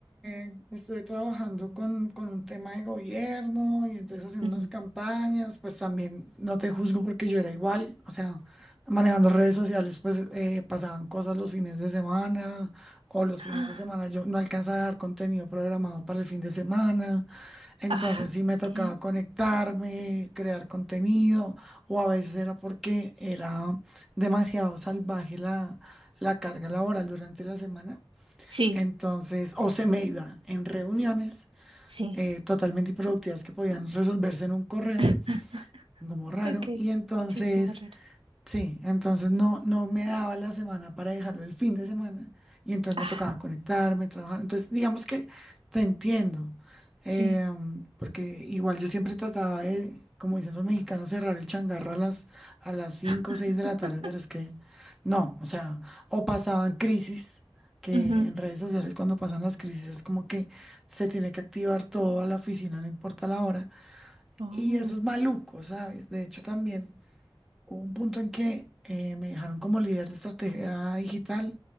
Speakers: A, in the centre; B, on the right.
A: eh, estuve trabajando con, con un tema de gobierno y entonces haciendo
B: Ujú.
A: unas campañas,
B: <gasps>
A: pues también no te juzgo porque yo era igual, o sea, manejando redes sociales, pues eh, pasaban cosas los fines de semana o los fines
B: Ah,
A: de semana yo no alcanzaba a dejar contenido programado para el fin de semana, entonces
B: ah,
A: sí me
B: ok.
A: tocaba conectarme, crear contenido o a veces era porque era demasiado salvaje la, la carga laboral durante la semana.
B: Sí,
A: Entonces, o se me iba en reuniones
B: sí.
A: eh, totalmente improductivas que podían resolverse en un correo,
B: <laughs>
A: como raro.
B: Ok.
A: Y entonces
B: Sí, como raro.
A: Sí, entonces no, no me daba la semana para dejarlo el fin de semana y entonces
B: Ah,
A: me tocaba conectarme, trabajar. Entonces, digamos que te entiendo, eh,
B: sí.
A: porque igual yo siempre trataba de, como dicen los mexicanos, cerrar el changarro a las, a las 5
B: <laughs>
A: o 6 de la tarde, pero es que no, o sea, o pasaban crisis, que
B: Ujú.
A: en redes sociales cuando pasan las crisis es como que se tiene que activar todo a la oficina, no importa la hora.
B: Oh.
A: Y eso es maluco, ¿sabes? De hecho, también Hubo un punto en que eh, me dejaron como líder de estrategia digital